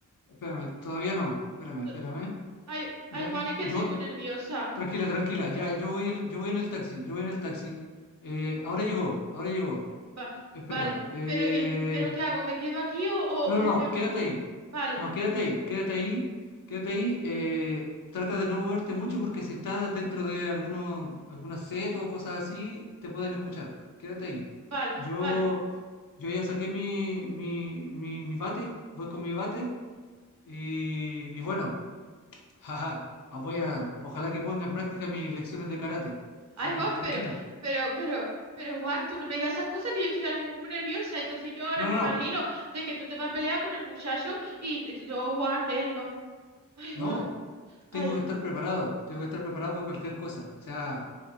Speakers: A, on the left; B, on the right.
A: Espérame, todavía no. Espérame,
B: Eh,
A: espérame.
B: Ay,
A: Ya,
B: ay, Juan, es que
A: yo,
B: estoy muy nerviosa.
A: Tranquila, tranquila. Ya, yo voy en, yo voy en el taxi, yo voy en el taxi. Eh, ahora llegó, ahora llegó.
B: Va-
A: Espera.
B: vale,
A: eh,
B: pero, y- pero ¿qué hago? ¿Me quedo aquí o, o,
A: no, no, no,
B: o me...
A: quédate ahí.
B: Vale,
A: No, quédate ahí, quédate ahí, quédate ahí. eh, trata de no moverte mucho porque si estás dentro de algunos, alguna setas o cosas así, te pueden escuchar. Quédate ahí.
B: vale,
A: Yo,
B: vale.
A: yo ya saqué mi, mi, mi, mi bate, voy con mi bate y, y bueno. Jaja, ah, voy a, ojalá que ponga en práctica mis lecciones de karate.
B: Ay,
A: Así que
B: Juan,
A: tranquila.
B: pero, pero, pero, pero, Juan, tú no me digas esas cosas que yo estoy ahora mismo muy nerviosa. Entonces yo ahora
A: No,
B: me
A: no,
B: imagino
A: no,
B: de que tú te vas a pelear con el muchacho y y no, Juan, eh, no. Ay, Juan,
A: no. Tengo
B: ay.
A: que estar preparado. Tengo que estar preparado para cualquier cosa. O sea,